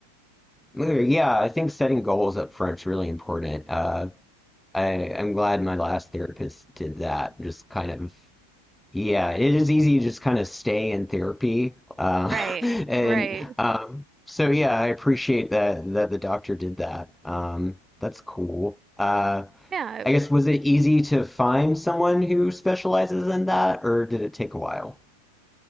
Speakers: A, in the centre; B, on the right (about 20°).
A: Yeah, I think setting goals up front's really important. Uh, I, I'm glad my last therapist did that. Just kind of, yeah, it is easy to just kind of stay in therapy. Uh,
B: Right,
A: <laughs> and
B: right.
A: um, so, yeah, I appreciate that that the doctor did that. Um, that's cool. Uh,
B: Yeah,
A: I guess was it easy to find someone who specializes in that, or did it take a while?